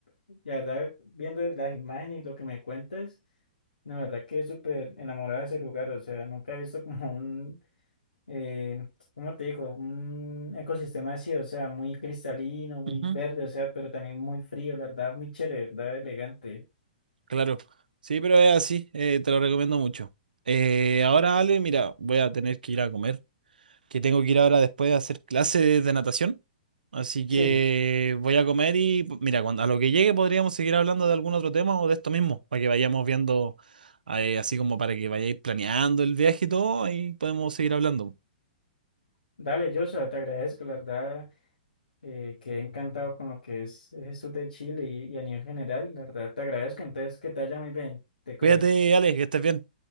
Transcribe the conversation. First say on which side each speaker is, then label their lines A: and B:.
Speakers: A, on the left (about 80°); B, on the right (about 70°).
A: y la verdad, viendo las imágenes y lo que me cuentas, la verdad que es súper enamorado de ese lugar, o sea, nunca he visto como un eh, ¿cómo te digo? Un ecosistema así, o sea, muy cristalino, muy
B: Ujú.
A: verde, o sea, pero también muy frío, la verdad, muy chévere, la verdad, elegante.
B: Claro. Sí, pero es así. eh, te lo recomiendo mucho. Eh, ahora, Ale, mira, voy a tener que ir a comer. que tengo que ir ahora después a hacer clases de natación. Así que
A: Sí,
B: voy a comer y p- mira, cuando, a lo que llegue podríamos seguir hablando de algún otro tema o de esto mismo, para que vayamos viendo, eh, así como para que vayáis planeando el viaje y todo, ahí podemos seguir hablando.
A: dale, Joshua, te agradezco, la verdad, eh, quedé encantado con lo que es el sur de Chile y, y a nivel general, la verdad, te agradezco, entonces que te vaya muy bien, te cuidas.
B: Cuídate, Alex, que estés bien.